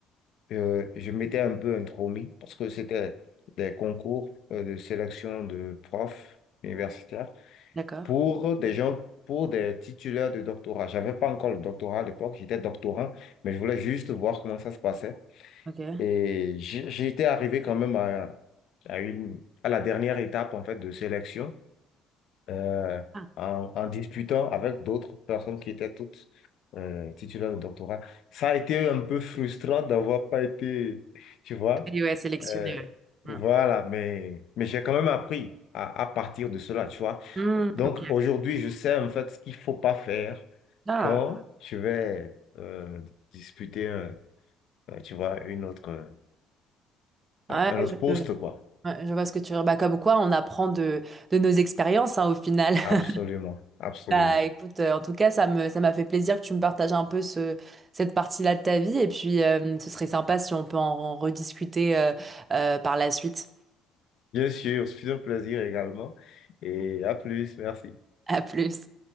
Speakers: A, on the left; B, on the right.
A: Euh, je m'étais un peu intromis parce que c'était des concours euh, de sélection de profs universitaires
B: D'accord,
A: pour des gens, pour des titulaires de doctorat. J'avais pas encore le doctorat à l'époque, j'étais doctorant, mais je voulais juste voir comment ça se passait.
B: ok.
A: Et j'ai j'ai été arrivé quand même à, à une, à la dernière étape en fait de sélection euh,
B: Ah,
A: en, en disputant avec d'autres personnes qui étaient toutes euh, titulaires de doctorat. Ça a été un peu frustrant d'avoir pas été, tu vois.
B: oui, ouais, sélectionné.
A: Euh,
B: ouais.
A: voilà, mais, mais j'ai quand même appris à, à partir de cela, tu vois.
B: Mm.
A: Donc
B: Mm.
A: aujourd'hui, je sais en fait ce qu'il faut pas faire
B: Ah,
A: quand je vais euh, disputer, un- un, tu vois, une autre, euh,
B: ouais,
A: un autre poste,
B: je,
A: quoi.
B: ouais, je vois ce que tu veux. dire. Bah, comme quoi, on apprend de, de nos expériences, hein, au final. <laughs>
A: Absolument, absolument.
B: Bah, écoute, euh, en tout cas, ça me, ça m'a fait plaisir que tu me partages un peu ce, cette partie-là de ta vie. Et puis, euh, ce serait sympa si on peut en, en rediscuter euh, euh, par la suite.
A: Bien sûr, <laughs> c'est un plaisir également. Et à plus, merci.
B: À plus.